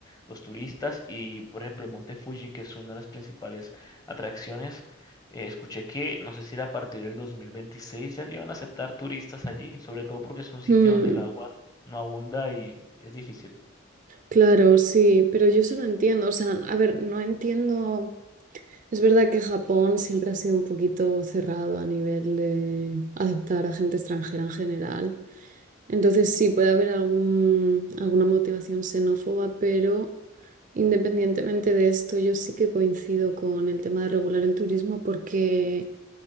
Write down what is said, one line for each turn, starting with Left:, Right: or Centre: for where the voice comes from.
Left: los turistas y, por ejemplo, el Monte Fuji, que es una de las principales atracciones, eh, escuché que no sé si era a partir del 2026 ya no iban a aceptar turistas allí, sobre todo porque es un sitio
Right: mm.
Left: donde el agua no abunda y es difícil.
Right: Claro, sí, pero yo se lo entiendo. O sea, a ver, no entiendo. Es verdad que Japón siempre ha sido un poquito cerrado a nivel de aceptar a gente extranjera en general. Entonces sí, puede haber algún, alguna motivación xenófoba, pero independientemente de esto, yo sí que coincido con el tema de regular el turismo porque,